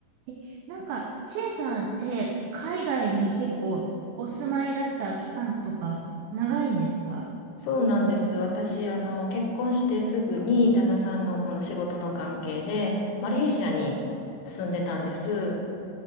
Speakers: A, on the right; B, on the left.
A: え、なんか、チェイさんって海外に結構お住まいだった期間とか長いんですか
B: そうなんです。私、あの、結婚してすぐに旦那さんのこの仕事の関係で、マレーシアに住んでたんです。